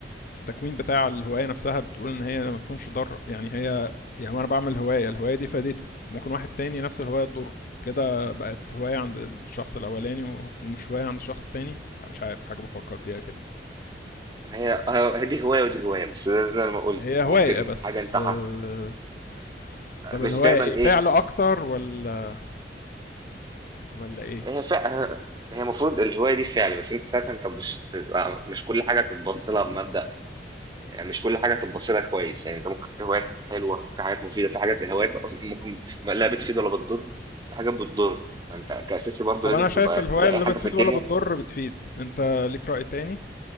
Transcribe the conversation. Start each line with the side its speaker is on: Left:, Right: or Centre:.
Left: في التكوين بتاع الهوايه نفسها بتقول ان هي ما تكونش ضار يعني هي يعني انا بعمل هوايه الهوايه دي فادتني ممكن واحد تاني نفس الهوايه تضر كده بقت هوايه عند الشخص الاولاني و- ومش هوايه عند الشخص التاني مش عارف حاجه بفكر فيها كده
Right: هي هي دي هواية ودي هواية بس زي زي ما قلت
Left: هي هوايه
Right: ممكن
Left: بس
Right: حاجة أنت
Left: آه،
Right: ح-
Left: طب
Right: مش
Left: الهوايه
Right: دايما
Left: ايه
Right: إيه
Left: فعل اكتر ولا ولا ايه
Right: هي فع هي المفروض الهواية دي فعل بس انت ساعتها انت مش بتبقى مش كل حاجة تبص لها بمبدأ يعني مش كل حاجة تبص لها كويس يعني انت ممكن في هوايات حلوة في حاجات مفيدة في حاجات هوايات اصلا ممكن لا بتفيد ولا بتضر في حاجات بتضر فانت كأساسي برضه
Left: طب
Right: لازم
Left: انا شايف
Right: تبقى
Left: الهوايه
Right: زي
Left: اللي
Right: اي حاجة
Left: بتفيد
Right: في الدنيا
Left: ولا بتضر بتفيد انت ليك راي تاني